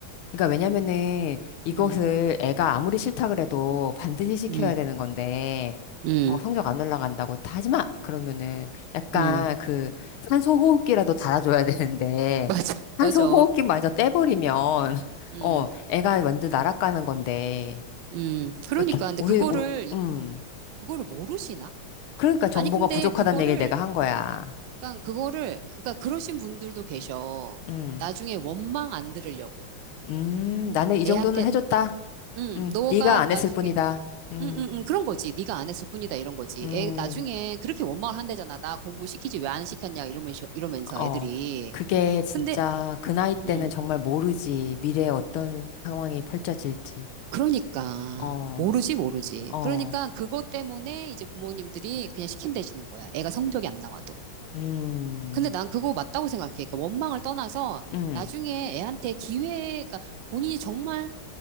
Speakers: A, on the left; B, on the right.
A: 그러니까 왜냐면은 이것을
B: 음.
A: 애가 아무리 싫다 그래도 반드시 시켜야
B: 음.
A: 되는 건데,
B: 음.
A: 어, 성적 안 올라간다고 다 하지 마! 그러면은 약간
B: 음. <laughs>
A: 그 산소 호흡기라도 달아줘야 <laughs> 되는데,
B: 맞아.
A: 산소
B: 맞아.
A: 호흡기마저 떼버리면, <laughs>
B: 음.
A: 어, 애가 완전 날아가는 건데,
B: 음. 그러니까
A: 이렇게,
B: 근데
A: 우리,
B: 그거를
A: 우,
B: 이-
A: 음.
B: 그거를 모르시나?
A: 그러니까 정보가
B: 아니, 근데
A: 부족하다는
B: 그거를
A: 얘기를 내가 한 거야.
B: 그러니까 그거를 그러니까 그러신 분들도 계셔.
A: 음,
B: 나중에 원망 안 들으려고
A: 음, 나는 이 정도는
B: 애한테
A: 해줬다.
B: 응
A: 음,
B: 너가
A: 네가 안
B: 나중에
A: 했을 뿐이다. 음,
B: 응응응 그런 거지. 네가 안 했을 뿐이다 이런 거지.
A: 음.
B: 애 나중에 그렇게 원망을 한대잖아. 나 공부 시키지 왜 안 시켰냐 이러면서 이러면서
A: 어.
B: 애들이.
A: 그게 진짜
B: 근데
A: 그 나이 때는
B: 음
A: 정말 모르지. 미래에 어떤 상황이 펼쳐질지.
B: 그러니까
A: 어,
B: 모르지 모르지.
A: 어,
B: 그러니까 그것 때문에 이제 부모님들이 그냥 시킨대시는 거야. 애가 성적이 안 나와도.
A: 음,
B: 근데 난 그거 맞다고 생각해. 그러니까 원망을 떠나서
A: 음,
B: 나중에 애한테 기회가 본인이 정말